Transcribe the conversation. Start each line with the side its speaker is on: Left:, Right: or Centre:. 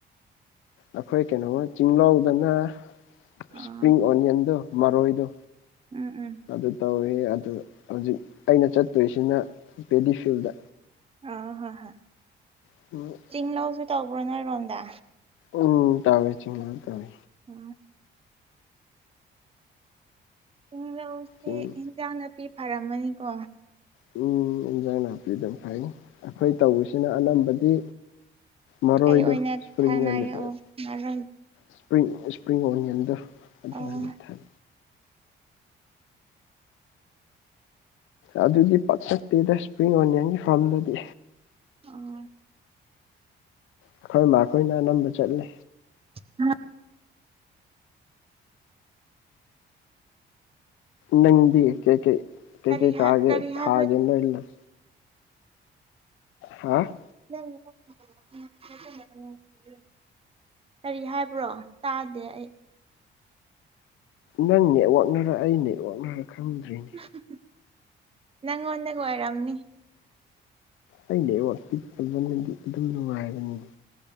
Left: ꯑꯩꯈꯣꯏ ꯀꯩꯅꯣꯃ ꯆꯤꯡꯂꯧꯗꯅ ꯏꯁꯄ꯭ꯔꯤꯡ
Right: ꯑꯣ
Left: ꯑꯣꯅꯤꯌꯟꯗꯨ ꯃꯔꯣꯏꯗꯣ
Right: ꯎꯝ ꯎꯝ
Left: ꯑꯗꯨ ꯇꯧꯋꯦ ꯑꯗꯨ ꯍꯧꯖꯤꯛ ꯑꯩꯅ ꯆꯠꯇꯣꯏꯁꯤꯅ ꯄꯦꯗꯤ ꯐꯤꯜꯗ
Right: ꯑꯥ ꯍꯣꯏ ꯍꯣꯏ
Left: <unintelligible>
Right: ꯆꯤꯡ ꯂꯧꯁꯨ ꯇꯧꯕ꯭ꯔꯣ ꯅꯣꯏꯔꯣꯝꯗ
Left: ꯎꯝ ꯇꯧꯋꯦ ꯆꯤꯡꯂꯧ ꯇꯧꯋꯦ
Right: <unintelligible> ꯆꯤꯡꯂꯧꯁꯦ
Left: ꯆꯤꯡ
Right: ꯏꯟꯖꯥꯡ ꯅꯥꯄꯤ ꯐꯔꯝꯃꯅꯤꯀꯣ
Left: ꯎꯝ ꯏꯟꯖꯥꯡ ꯅꯥꯄꯤ ꯑꯗꯨꯝ ꯐꯩ ꯑꯩꯈꯣꯏ ꯇꯧꯕꯁꯤꯅ ꯑꯅꯝꯕꯗꯤ ꯃꯔꯣꯏꯗꯣ
Right: ꯀꯩ ꯑꯣꯏꯅ
Left: ꯁꯄ꯭ꯔꯤꯡ
Right: ꯊꯥꯅꯒꯦ
Left: ꯑꯣꯅꯤꯌꯟ
Right: ꯑꯣ ꯉꯔꯣꯏ
Left: ꯏꯁ꯭ꯄꯔꯤꯡ ꯏꯁꯄ꯭ꯔꯤꯡ ꯑꯣꯅꯤꯌꯟꯗꯣ ꯑꯗꯨ
Right: ꯑꯣ
Left: ꯑꯣꯏꯅ ꯊꯝ ꯑꯗꯨꯗꯤ ꯄꯥꯛ ꯆꯠꯇꯦꯗ ꯏꯁꯄ꯭ꯔꯤꯡ ꯑꯣꯅꯤꯌꯟꯒꯤ ꯐꯥꯝꯗꯗꯤ
Right: ꯑꯥ
Left: ꯑꯩꯈꯣꯏ ꯃꯥ ꯈꯣꯏꯅ ꯑꯅꯝꯕ ꯆꯠꯂꯦ
Right: ꯍꯥ
Left: ꯅꯪꯗꯤ ꯀꯩ ꯀꯩ ꯀꯩ
Right: ꯀꯔꯤ
Left: ꯀꯩꯥ ꯇꯥꯒꯦ
Right: ꯍꯥꯏ ꯀꯔꯤ
Left: ꯊꯥꯒꯦ
Right: ꯍꯥꯏꯕ
Left: ꯅꯣꯏ ꯂꯝ ꯍꯥ
Right: ꯅꯪ <unintelligible> ꯀꯔꯤ ꯍꯥꯏꯕ꯭ꯔꯣ ꯇꯥꯗꯦ ꯑꯩ
Left: ꯅꯪ ꯅꯦꯠꯋꯥꯛꯅꯔ ꯑꯩ ꯅꯦꯠꯌꯥꯛꯅꯔ ꯈꯪꯗ꯭ꯔꯦꯅꯦ
Right: <unintelligible> ꯅꯪꯉꯣꯟꯗꯒ ꯑꯣꯏꯔꯝꯅꯤ
Left: ꯑꯩ ꯅꯦꯠꯋꯥꯥꯛꯇꯤ ꯐꯖꯅꯗꯤ ꯑꯗꯨꯝ ꯅꯨꯡꯉꯥꯏꯕꯅꯤ